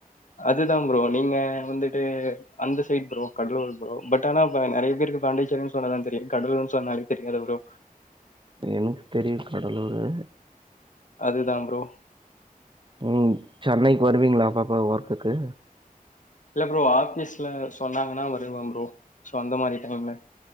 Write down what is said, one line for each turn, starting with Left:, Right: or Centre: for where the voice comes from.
Left: அதுதா ப்ரோ நீங்க வந்துட்டு அந்த side bro Cuddalore bro but ஆனா இப்ப நெறைய பேருக்கு பாண்டிச் சின் சொன்னாதா தெரியு கடலூர்ன் சொன்னாலு தெரியாது ப்ரோ
Right: அ எனக்கு தெரியு கடலூரு
Left: அதுதா ப்ரோ
Right: ம் சென்னைக்கு வருவீங்ளா அப்பப்ப ஒர்க்குக்கு
Left: இல்ல ப்ரோ ஆஃபீஸ்ல சொன்னாங்கனா வருவே ப்ரோ சோ அந்த மாரி டைம்ல